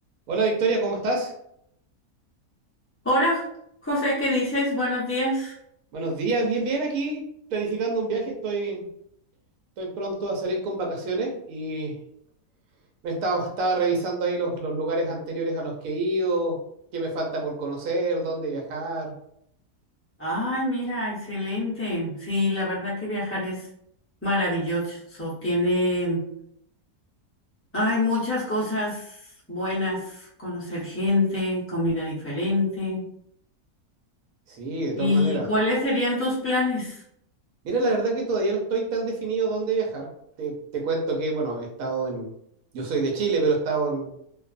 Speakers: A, on the right; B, on the left.
A: Hola Victoria, ¿cómo estás?
B: Hola, José, ¿qué dices? Buenos días.
A: Buenos días, bien, bien aquí, planificando un viaje, estoy, estoy pronto a salir con vacaciones y me estaba, estaba revisando ahí los, los lugares anteriores a los que he ido, qué me falta por conocer, dónde viajar.
B: Ay, mira, excelente. Sí, la verdad que viajar es maravilloso. Tiene, hay muchas cosas buenas, conocer gente, comida diferente.
A: Sí, de todas
B: ¿Y
A: maneras.
B: cuáles serían tus planes?
A: Mira, la verdad que todavía no estoy tan definido dónde viajar. Te, te cuento que, bueno, he estado en, yo soy de Chile, pero he estado en,